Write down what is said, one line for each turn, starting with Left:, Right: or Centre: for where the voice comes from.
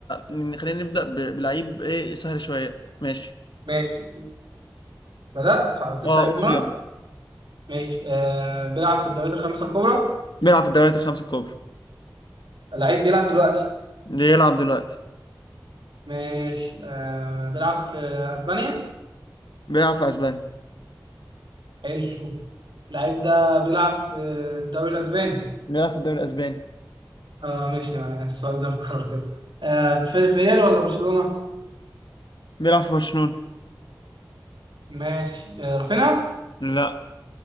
Left: ن- خلينا نبدأ ب- بلعيب ايه سهل شوية ماشي
Right: ماشي بدأت حطيت
Left: اه
Right: لعيب في
Left: قول
Right: دماغك
Left: يلا
Right: ماشي آه بيلعب في الدوريات الخمسة الكبرى
Left: بيلعب في الدوريات الخمسة الكبرى
Right: اللعيب بيلعب دلوقتي
Left: بيلعب دلوقتي
Right: ماشي آه بيلعب في أسبانيا
Left: بيلعب في اسبانيا
Right: حلو اللعيب ده بيلعب في الدوري الأسباني
Left: بيلعب في الدوري الاسباني
Right: اه ماشي معايا. السؤال ده مكرر كده آه في في ريال ولا برشلونة
Left: بيلعب في برشلونة
Right: ماشي آه رافينيا
Left: لا